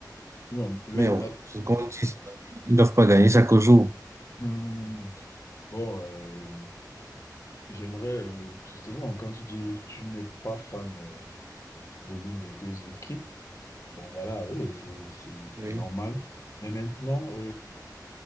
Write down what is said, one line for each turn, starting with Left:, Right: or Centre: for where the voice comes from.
Left: Non, oui,
Right: Mais bon,
Left: d'ac-
Right: ce qu'on dit, c'est qu'ils ne doivent pas gagner chaque jour.
Left: Hmm. Bon, euh, j'aimerais euh, justement, quand tu dis tu n'es pas fan euh, de l'une des deux équipes, bon voilà, oui, c'est c'est-
Right: Oui.
Left: c'est normal. Mais maintenant,